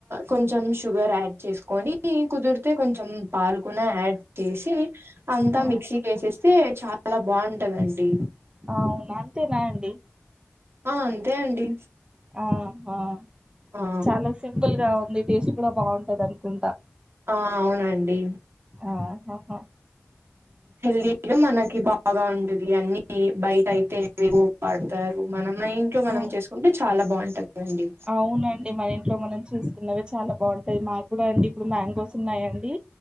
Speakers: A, on the right; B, on the right.
A: కొంచెం షుగర్ యాడ్ చేసుకొని ని కుదిరితే కొంచం పాలుకున యాడ్ చేసి అంతా
B: ఆ
A: మిక్సీకేస్తే చ చాలా బాగుంటాందండి
B: అవు అేనా అండి
A: ఆ అంతే అండి
B: ఆహా
A: ఆ
B: చాలా సింపుల్ గా ఉంది టేస్ట్ కూడా బాగుంటదనుకుంటా
A: ఆ అవునండి
B: ఆహహా
A: హెల్ీగా మనకి బాగా ఉంటది అన్ని బై అయితే ఏవోవో పాడుతారు మనమే ఇంట్లో మనం
B: ఆ,
A: చేసుకుంటే చాలా బాగుంటదండి
B: అవునండి మన ఇంట్లో మనం చూసుకున్నవే చాలా బాగుంటాయి మాకు కూడా అండి ఇప్పుడు మ్యాంగోస్ ఉన్నాయండి